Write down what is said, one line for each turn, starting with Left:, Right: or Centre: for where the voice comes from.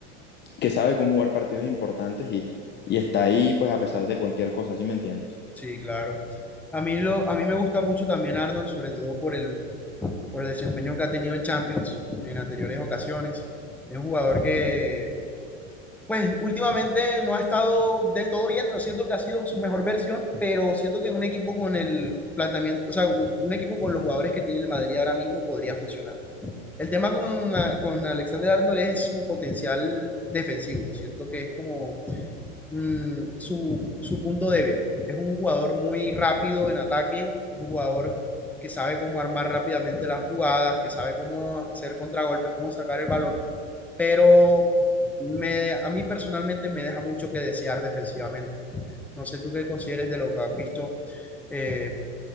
Left: que sabe cómo jugar partidos importantes y, y está ahí, pues, a pesar de cualquier cosa, ¿sí me entiendes?
Centre: Sí, claro. A mí, lo, a mí me gusta mucho también Arnold, sobre todo por el, por el desempeño que ha tenido en Champions en anteriores ocasiones. Es un jugador que pues últimamente no ha estado del todo bien, no siento que ha sido su mejor versión, pero siento que un equipo con el planteamiento, o sea, u- un equipo con los jugadores que tiene el Madrid ahora mismo podría funcionar. El tema con, a- con Alexander Arnold es su potencial defensivo, siento que es como mm, su, su punto débil. Es un jugador muy rápido en ataque, un jugador que sabe cómo armar rápidamente las jugadas, que sabe cómo hacer contragolpes, cómo sacar el balón pero me, a mí personalmente me deja mucho que desear defensivamente. No sé tú qué consideres de lo que has visto eh,